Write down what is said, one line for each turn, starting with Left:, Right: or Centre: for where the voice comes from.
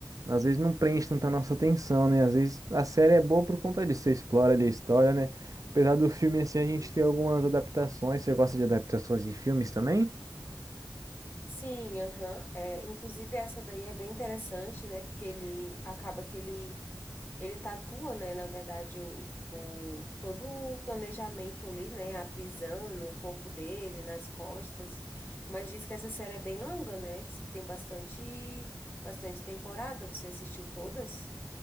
Right: às vezes não prende tanta nossa atenção, né? Às vezes a série é boa por conta disso, você explora ali a história, né? Apesar do filme assim, a gente
Left: Sim.
Right: tem algumas adaptações. Você gosta de adaptações de filmes também?
Left: Sim, aham. É, inclusive essa daí é bem interessante, né? Porque ele acaba que ele Ele tatua, né, na verdade, o, o- todo o planejamento ali, né, a prisão no corpo dele, nas costas, mas diz que essa série é bem longa, né, diz que tem bastante, bastante temporada, você assistiu todas?